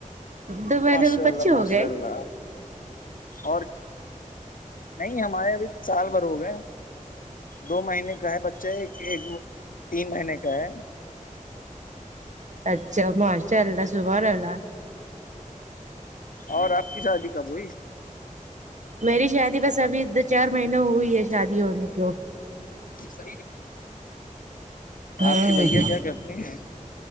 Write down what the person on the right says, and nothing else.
دو مہینے
میں بچے
ہو
گئے
اچھا ماشاء اللہ صبح اللہ
میری شادی بس ابھی دو چار مہینوں ہوئی ہے شادی
ہونے کو
ہ